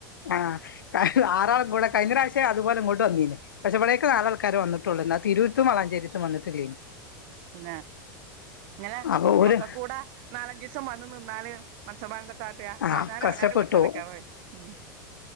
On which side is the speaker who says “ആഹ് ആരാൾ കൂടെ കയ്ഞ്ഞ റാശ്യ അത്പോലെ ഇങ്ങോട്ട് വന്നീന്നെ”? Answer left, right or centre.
Left